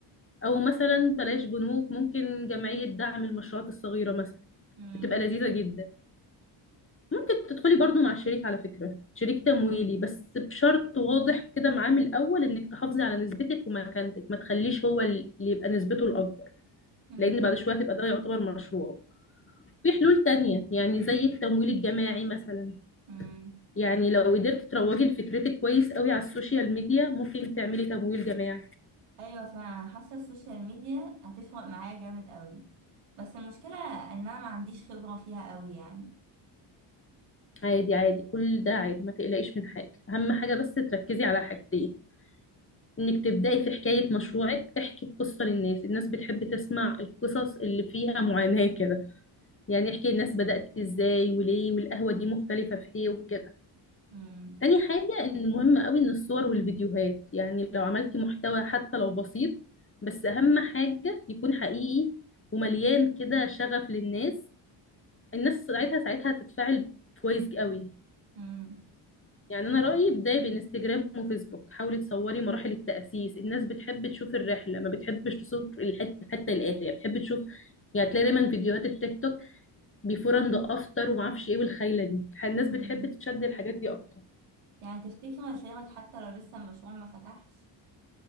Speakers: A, on the left; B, on the right.
A: او مثلا بلاش بنوك ممكن جمعية دعم المشروعات الصغيرة مثلا
B: مم.
A: بتبقى لذيذة جدا ممكن تدخلي برضو مع شريك على فكرة شريك تمويلي بس بشرط واضح كده معاه من الأول إنك تحافظي على نسبتك ومكانتك ما تخليش هو اللي يبقى نسبته الأكبر
B: مم.
A: لأن بعد شوية تبقى ده يعتبر مشروع في حلول تانية يعني زي التمويل الجماعي مثلا
B: مم.
A: يعني لو قدرت تروجي لفكرتك كويس قوي على السوشيال ميديا ممكن تعملي تمويل جماعي
B: ايوه فعلا حاسه السوشيال ميديا هتفرق معايا جامد قوي بس المشكله ان انا ما عنديش خبره فيها قوي يعني
A: عادي عادي كل ده عادي ما تقلقيش من حاجة أهم حاجة بس تركزي على حاجتين إنك تبدأي في حكاية مشروعك احكي القصة للناس الناس بتحب تسمع القصص اللي فيها معاناة كده يعني احكي الناس بدأت إزاي وليه والقهوة دي مختلفة في إيه وكده
B: مم.
A: تاني حاجة إن مهم قوي إن الصور والفيديوهات يعني لو عملتي محتوى حتى لو بسيط بس أهم حاجة يكون حقيقي ومليان كده شغف للناس الناس ساعتها ساعتها هتتفاعل كويس قوي
B: مم.
A: يعني
B: طب
A: انا رايي
B: يعني
A: بدايه بانستجرام وفيسبوك حاولي تصوري مراحل التاسيس الناس بتحب تشوف الرحله ما بتحبش تصور الحته حتى الاخر يعني بتحب تشوف يعني تلاقي دايما فيديوهات التيك توك بيفور اند افتر وما اعرفش ايه والخيله دي الناس
B: مم.
A: بتحب تشد الحاجات دي اكتر
B: يعني تفتكري اشارك حتى لو لسه المشروع ما فتحش